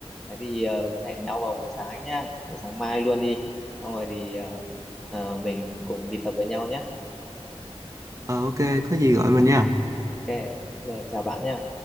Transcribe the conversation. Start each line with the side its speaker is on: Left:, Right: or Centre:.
Centre: thế thì ờ, hẹn nhau vào buổi sáng nha buổi sáng mai luôn đi xong rồi thì ờ, ờ, mình cùng đi tập với nhau nhé
Right: Ờ ok, có gì gọi mình nha.
Centre: ok giờ chào bạn nhé